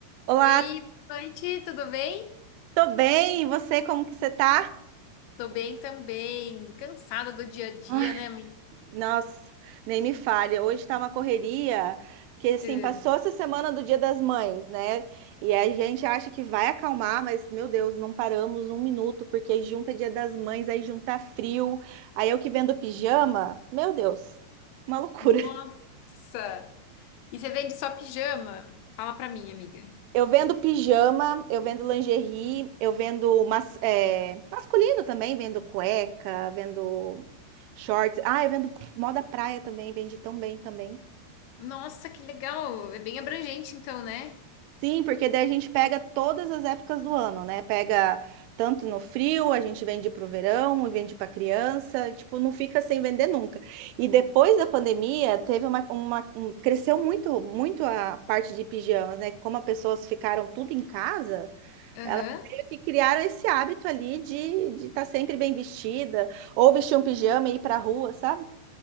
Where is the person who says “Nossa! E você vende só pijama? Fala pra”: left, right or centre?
Left